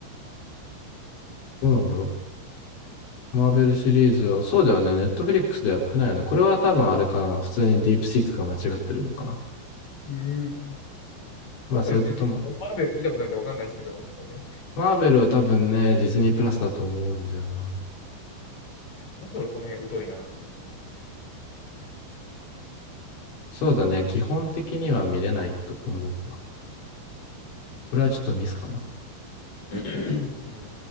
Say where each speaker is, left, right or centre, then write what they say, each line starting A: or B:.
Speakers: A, on the left (about 70°); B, on the left (about 35°).
A: どうなんだろう。マーベルシリーズは、そうだよね。ネットフリックスでやってないよね。これは多分あれかな。普通にディープシークが間違ってるのかな。
B: うん。マーベルってじ、
A: まあそういうことも
B: マーベル見たことないんでわかんないですけど、そうね。
A: マーベルは多分ね、ディズニープラスだと思うんだよな。
B: まず俺この辺疎いな。うん。
A: そうだね。基本的には見れないと思うわ。これはちょっとミスかな。
B: <clears throat> うん